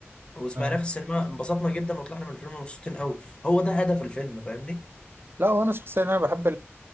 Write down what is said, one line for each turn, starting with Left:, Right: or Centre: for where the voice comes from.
Left: وسمعناه
Right: آه.
Left: في السينما انبسطنا جدا وطلعنا من الفيلم مبسوطين قوي هو ده هدف الفيلم فاهمني
Right: لا وانا شخصيا انا بحب